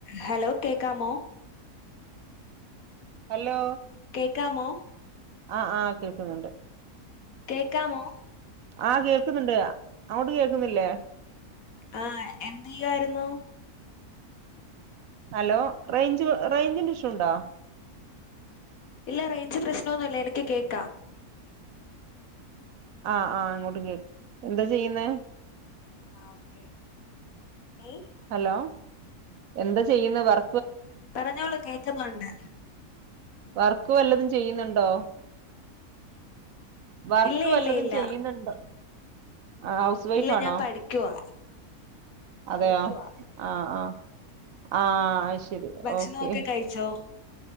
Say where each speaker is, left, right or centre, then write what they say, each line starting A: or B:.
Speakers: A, on the left; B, on the right.
A: Hello കേക്കാമോ
B: hello
A: കേക്കാമോ
B: ആഹ്ആഹ് കേക്കുന്നുണ്ട്
A: കേക്കാമോ
B: ആഹ് കേക്കുന്നുണ്ട് അങ്ങോട്ട് കേൾക്കുന്നില്ലേ
A: ആഹ് എന്ത് ചെയ്യുവായിരുന്നു
B: ഹലോ റേഞ്ച് റേഞ്ചിന്റെ ഇഷ്യൂ ഉണ്ട
A: ഇല്ല റേഞ്ച് പ്രശ്നൊന്നും ഇല്ല എനിക്ക് കേൾക്കാം
B: ആഹ് ആഹ് അങ്ങോട്ട് കേ എന്താ ചെയ്യുന്നെ
A: ആഹ് ഓക്കെ ഏയ്
B: ഹലോ എന്താ ചെയ്യുന്ന വർ
A: പറഞ്ഞോളൂ കേക്കുന്നൊണ്ട്
B: വർക്ക് വല്ലതും ചെയ്യുന്നുണ്ടോ വർക്ക്
A: ഇല്ല
B: വല്ലതും
A: ഇല്ല ഇല്ല
B: ചെയ്യുന്നുണ്ട് ഹൗസ് വൈഫ്
A: ഇല്ല
B: ആണോ
A: ഞാൻ പഠിക്കുവാ
B: അതെയോ
A: പഠിക്കുവാ
B: ആഹ് ആഹ് ആഹ് അയ് ശെരി
A: ഭക്ഷണൊക്കെ
B: ഓക്കെ
A: കഴിച്ചോ